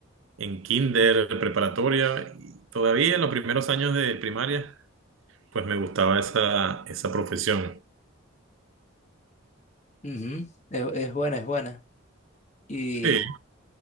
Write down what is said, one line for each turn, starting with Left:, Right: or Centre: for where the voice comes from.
Right: en kinder, preparatoria, y todavía en los primeros años de primaria, pues me gustaba esa, esa profesión.
Left: Ujú, Es, es buena, es buena. Y
Right: Sí,